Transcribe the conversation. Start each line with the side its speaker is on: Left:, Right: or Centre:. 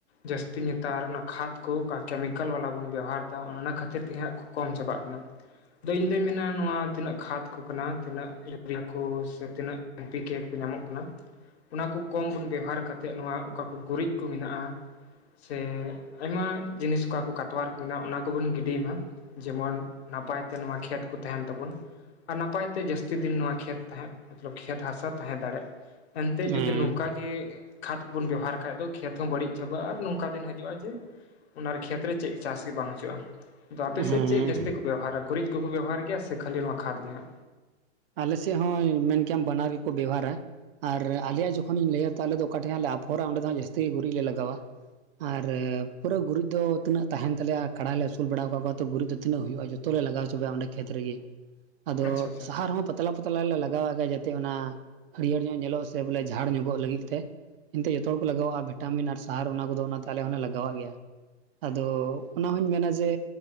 Left: ᱡᱟᱹᱥᱛᱤ ᱱᱮᱛᱟᱨ ᱚᱱᱟ ᱠᱷᱟᱫ ᱠᱚ ᱠᱮᱢᱤᱠᱮᱞ ᱵᱟᱞᱟ ᱵᱚᱱ ᱵᱮᱵᱚᱦᱟᱨ ᱫᱟ ᱚᱱᱮ ᱚᱱᱟ ᱠᱷᱟᱹᱛᱤᱨ ᱛᱮ ᱦᱟᱸᱜ ᱠᱚᱢ ᱪᱟᱵᱟᱜ ᱠᱟᱱᱟ᱾ ᱤᱧ ᱫᱩᱧ ᱢᱮᱱᱟ ᱱᱚᱣᱟ ᱛᱤᱱᱟᱹ ᱠᱷᱟᱫ ᱠᱚ ᱠᱟᱱᱟ ᱛᱤᱱᱟᱹ ᱤᱭᱟ ᱠᱚ ᱥᱮ ᱛᱤᱱᱟᱹᱜ <unintelligible> ᱠᱚ ᱧᱟᱢᱚᱜ ᱠᱟᱱᱟ᱾
Right: <inaudible>
Left: ᱚᱱᱟ ᱠᱚ ᱠᱚᱢ ᱵᱮᱵᱦᱟᱨ ᱠᱟᱛᱮᱫ ᱱᱚᱣᱟ ᱚᱠᱟᱠᱚ ᱜᱩᱨᱤᱡ ᱠᱚ ᱢᱮᱱᱟᱜᱼᱟ ᱥᱮ ᱟᱭᱢᱟ ᱡᱤᱱᱤᱥ ᱠᱚ ᱟᱵᱚ ᱠᱟᱛᱣᱭᱟ ᱨᱮᱠᱚ ᱢᱮᱱᱟᱜᱼᱟ ᱚᱱᱟ ᱠᱚᱵᱚᱱ ᱜᱤᱰᱤᱭ ᱢᱟ, ᱡᱮᱢᱚᱱ ᱱᱟᱯᱟᱭᱛᱮ ᱱᱚᱣᱟ ᱠᱷᱮᱛ ᱠᱚ ᱛᱟᱦᱮᱱ ᱛᱟᱵᱚᱱ, ᱟᱨ ᱱᱟᱯᱟᱭ ᱛᱮ ᱡᱟᱹᱥᱛᱤ ᱫᱤᱱ ᱱᱚᱣᱟ ᱠᱷᱮᱛ ᱛᱟᱦᱮ ᱢᱚᱛᱞᱚᱵ ᱠᱷᱮᱛ ᱦᱟᱥᱟ ᱛᱟᱦᱮᱸ ᱫᱟᱲᱮ ᱮᱱᱛᱮ
Right: ᱦᱮᱸ
Left: ᱡᱩᱫᱤ ᱱᱚᱝᱠᱟ ᱜᱮ ᱠᱷᱟᱫᱽ ᱵᱚᱱ ᱵᱮᱵᱦᱚᱦᱟᱨ ᱠᱷᱟᱡ ᱫᱚ ᱠᱷᱮᱛ ᱦᱚᱸ ᱵᱟᱹᱲᱤᱡ ᱪᱟᱵᱟᱜᱼᱟ ᱟᱨ ᱱᱚᱝᱠᱟ ᱫᱤᱱ ᱦᱤᱡᱩᱜᱼᱟ ᱡᱮ ᱚᱱᱟ ᱨᱮ ᱠᱷᱮᱛᱨᱮ ᱪᱮᱫ ᱪᱟᱥ ᱜᱮ ᱵᱟᱝ ᱦᱤᱡᱩᱼᱟ᱾ ᱟᱫᱚ ᱟᱯᱮᱥᱮᱫ
Right: ᱦᱮᱸ
Left: ᱪᱮᱫ ᱡᱟᱹᱥᱛᱤ ᱠᱚ ᱵᱮᱵᱚᱦᱟᱨᱟ ᱜᱩᱨᱤᱡ ᱠᱚᱠᱚ ᱵᱮᱵᱚᱦᱟᱨ ᱜᱮᱭᱟ ᱥᱮ ᱠᱷᱟᱹᱞᱤ ᱠᱷᱟᱫᱽ ᱜᱮ ᱦᱟᱸ?
Right: ᱟᱞᱮ ᱥᱮᱫ ᱦᱚᱸ ᱢᱮᱱ ᱠᱮᱭᱟ ᱵᱟᱱᱟᱨ ᱜᱮᱠᱚ ᱵᱮᱣᱦᱟᱨᱟ ᱟᱨ ᱟᱞᱮᱭᱟᱜ ᱡᱚᱠᱷᱚᱱ ᱤᱧ ᱞᱟᱹᱭ ᱛᱟᱦᱚᱞᱮ ᱫᱚ ᱚᱠᱟ ᱴᱷᱮᱡ ᱟᱯᱷᱚᱨᱼᱟ ᱚᱸᱰᱮ ᱫᱚ ᱡᱟᱹᱥᱛᱤ ᱜᱮ ᱜᱩᱨᱤᱡ ᱞᱮ ᱞᱟᱜᱟᱣᱟ᱾ ᱟᱨ ᱯᱩᱨᱟᱹ ᱜᱩᱨᱤᱡ ᱫᱚ ᱛᱤᱱᱟᱹᱜ ᱛᱟᱦᱮᱱ ᱛᱟᱞᱮᱭᱟ ᱠᱟᱲᱟ ᱞᱮ ᱟᱹᱥᱩᱞ ᱵᱟᱲᱟ ᱠᱟᱫ ᱠᱚᱣᱟ ᱛᱚ ᱜᱩᱨᱤᱡ ᱫᱚ ᱛᱤᱱᱟᱹ ᱦᱩᱭᱩᱜᱼᱟ ᱡᱚᱛᱚ ᱡᱚᱛᱚᱞᱮ ᱞᱟᱜᱟᱣ ᱪᱚᱵᱟᱭᱟ ᱚᱸᱰᱮ ᱠᱷᱮᱛ ᱨᱮᱜᱮ ᱟᱫᱚ
Left: ᱟᱪᱪᱷᱟ ᱟᱪᱪᱷᱟ
Right: ᱟᱨᱦᱚᱸ ᱯᱟᱛᱞᱟ ᱯᱟᱛᱞᱟ ᱞᱮ ᱞᱟᱜᱟᱣᱮᱫ ᱜᱮ ᱡᱟᱛᱮ ᱚᱱᱟ ᱦᱟᱹᱨᱭᱟᱹᱲ ᱧᱚᱜ ᱧᱮᱞᱚ ᱥᱮ ᱵᱚᱞᱮ ᱡᱷᱟᱲ ᱧᱚᱜᱚᱜ ᱞᱟᱹᱜᱤᱫ ᱛᱮ ᱮᱱᱛᱮ ᱡᱚᱛᱚ ᱦᱚᱲ ᱠᱚ ᱞᱟᱜᱟᱣᱟᱜᱼᱟ ᱵᱷᱤᱴᱟᱢᱤᱱ ᱟᱨ ᱟᱨ ᱚᱱᱟ ᱠᱚᱫᱚ ᱚᱱᱟᱛᱮ ᱟᱞᱮ ᱦᱚᱸᱞᱮ ᱞᱟᱜᱟᱣᱟᱜ ᱜᱮᱭᱟ ᱟᱫᱚᱼᱼ ᱚᱱᱟ ᱦᱚᱧ ᱢᱮᱱᱟ ᱡᱮ